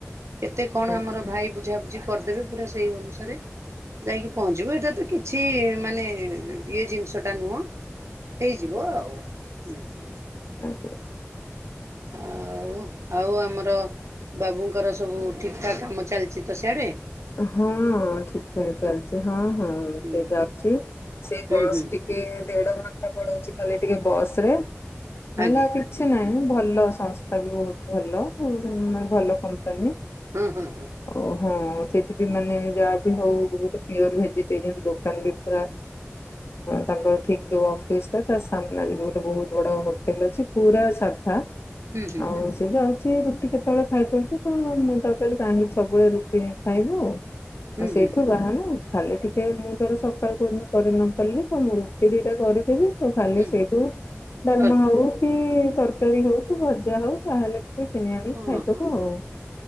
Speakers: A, on the right (about 75°); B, on the left (about 60°).
A: ଏତେ କଣ
B: ଆଚ୍ଛା
A: ଆମର ଭାଇ ବୁଝାବୁଝି କରିଦେବେ ପୁରା ସେଇ ଅନୁସାରେ ଯାଇକି ପହଞ୍ଚିବୁ ଏଇଟା ତ କିଛି ମାନେ ଇଏ ଜିନିଷ ଟା ନୁହଁ। ହେଇଯିବ ଆଉ। ହୁଁ ହୁଁ।
B: ଆଗ୳୲।
A: ଆଉ ଆଉ ଆମର ବାବୁଙ୍କର ସବୁ ଠିକ ଠାକ୍ କାମ ଚାଲିଛି ତ ସିଆଡେ।
B: ହଁ ଠିକ ଠାକ ଚାଲିଛି ହଁ ହଁ
A: ହୁଁ
B: ସେ ଯାଉଛି ସେ
A: ହୁଁ
B: ବସ୍
A: ହୁଁ
B: ଟିକେ ଦେଢ ଘଣ୍ଟା ପଳଉଚି ଗଲେ ଟିକେ ବସ ରେ ନହେଲେ
A: ଆଜ୍ଞା
B: ଆଉ କିଛି ନାହିଁ ଭଲ ସଂସ୍ଥା ବି ବହୁତ ଭଲ ମାନେ ଭଲ କମ୍ପାନୀ
A: ହୁଁ ହୁଁ ହୁଁ।
B: ଓ ହଁ ଚି ମାନେ ଯାହା ବି ହଉ ଗୋଟେ ପିଓର ଭେଜିଟେରିଆନ ଦୋକାନ ବି ପୁରା ତାଙ୍କର ଠିକ ଯୋଉ ଅଫିସ ଟା ତା ସାମ୍ନାରେ ବି ଗୋଟେ ବହୁତ ବଡ ଫେଲ ଅଛି ପୁରା ସାଧା
A: ହୁଁ ହୁଁ
B: ଆଉ ସେ ଯାଉଛି ର ସେ କେତେବେଳେ ଖାଇଛନ୍ତି ତ ମୁଁ ତ କହିଲି କାହିଁକି ସବୁବେଳେ ରୁଟି ଖାଇବୁ। ତ
A: ହୁଁ
B: ସେଇଠୁ
A: ହୁଁ ହୁଁ
B: ବାହାନ ଖାଲି ଟିକେ ମୁଣ୍ଡରେ ସଫା କରି ନ ପାରିଲେ ତ ମୁଁ ରୁଟି ଦୁଟା କରିଦେବି। ଖାଲି
A: ହୁଁ
B: ସେଇଠୁ ଡାଲମା
A: ତରକାରୀ
B: ହଉ କି ତର ତରକାରୀ ହଉ କି ଭଜା ହଉ ତାହେଲେ ସେ କିଣି ଆଣି
A: ହଁ
B: ଖାଇଦବ
A: ହଁ ହଁ
B: ଆଉ।